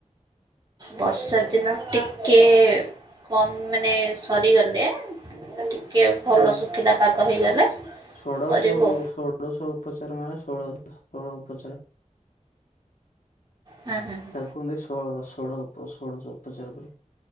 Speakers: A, on the right; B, on the left.
A: ବର୍ଷା ଦିନ ଟିକେ କମ୍ ମାନେ ସରିଗଲେ ଟିକେ ଭଲ
B: ହୁଁ।
A: ଶୁଖିଲା ପାଗ ହେଇଗଲେ
B: ଷୋଡଶ
A: କରିବୁ
B: ଷୋଳଶହ ଉପଚାର ମାନେ ଷୋଳଶ ଷୋହଳ ଉପଚାର
A: ହୁଁ ହୁଁ ହୁଁ
B: ତାକୁ ଆମେ ଷୋଳ ଷୋଳ ଉପ ଷୋଳ ଉପ ଚାର